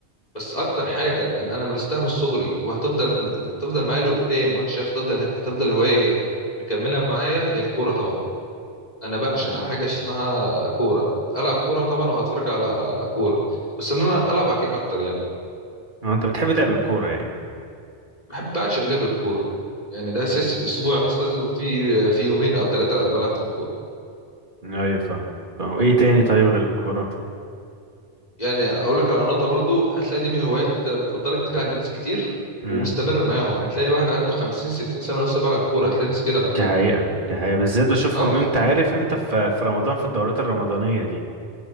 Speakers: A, on the left; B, on the right.
A: بس اكتر حاجه يعني انا مارستها من صغري وهتفضل هتفضل معايا لقدام وانا شايف هتفضل هتفضل هوايه مكمله معايا هي الكوره طبعا انا بعشق
B: امم
A: حاجه اسمها كوره العب كوره طبعا او اتفرج على كوره بس ان انا العب اكيد اكتر يعني
B: انت بتحب لعب الكورة يعني
A: بحب بعشق لعب الكوره يعني ده
B: امم
A: اساس في اسبوعي اصلا لازم يبقى في في يومين او ثلاثه بلعب فيهم كوره
B: ايوه فاهم فاهم ايه تاني طيب غير الكورة
A: ويعني اقول لك على نقطه برضو هتلاقي دي من هوايات مفضله كتير عند ناس كتير
B: امم
A: ومستمر معاهم هتلاقي واحد عنده 50 60 سنه ولسه بيلعب كوره هتلاقي ناس كده على
B: دي
A: فكره
B: حقيقة دي حقيقة بالذات بشوفهم
A: اه ف-
B: انت عارف امتى في في رمضان في الدورات الرمضانية دي